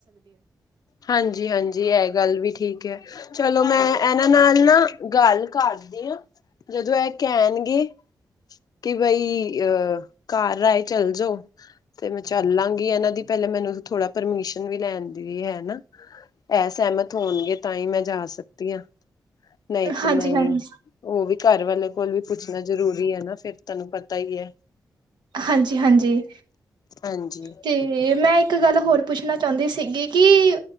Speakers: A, on the left; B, on the right.
A: ਹਾਂਜੀ, ਹਾਂਜੀ ਇਹ ਗੱਲ ਵੀ ਠੀਕ ਹੈ। ਚਲੋ, ਮੈਂ ਇਹਨਾਂ ਨਾਲ ਨਾ ਗੱਲ ਕਰਦੇ ਹਾਂ। ਜਦੋਂ ਇਹ ਕਹਿਣਗੇ। ਕਿ ਬਈ ਅਹ ਘਰ ਆਏ ਚੱਲ ਜਾਓ। ਤੇ ਮੈਂ ਚੱਲਾਂਗੀ, ਇਹਨਾਂ ਦੀ ਪਹਿਲੇਾਂ ਮੈਨੂੰ ਥੋੜਾ ਪਰਮਿਸ਼ਨ ਵੀ ਲੈਣ ਦੀ ਹੈ ਨਾ। ਇਹ ਸਹਿਮਤ ਹੋਣਗੇ, ਤਾਂ ਹੀ ਮੈਂ ਜਾ ਸਕਦੀ ਹਾਂ ਨਹੀਂ ਤੇ
B: ਹਾਂਜੀ
A: ਨਹੀਂ।
B: ਹਾਂਜੀ
A: ਉਹ ਵੀ ਘਰ ਵਾਲੇ ਕੋਲ ਵੀ ਪੁੱਛਣਾ ਜ਼ਰੂਰੀ ਹੈ, ਨਾ ਫਿਰ ਤੁਹਾਨੂੰ ਪਤਾ ਹੀ ਹੈ।
B: ਹਾਂਜੀ, ਹਾਂਜੀ
A: ਹਾਂਜੀ
B: ਤੇ। ਅਤੇ ਮੈਂ ਇੱਕ ਗੱਲ ਹੋਰ ਪੁੱਛਣਾ ਚਾਹੁੰਦੀ ਸੀਗੀ, ਕਿ